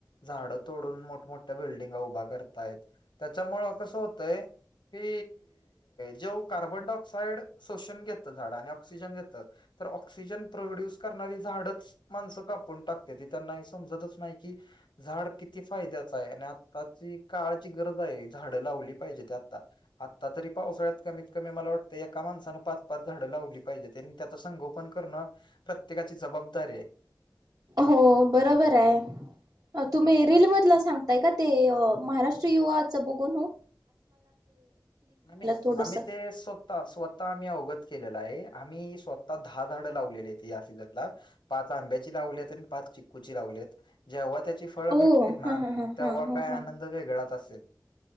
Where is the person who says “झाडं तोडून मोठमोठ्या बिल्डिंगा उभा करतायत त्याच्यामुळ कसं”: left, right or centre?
Left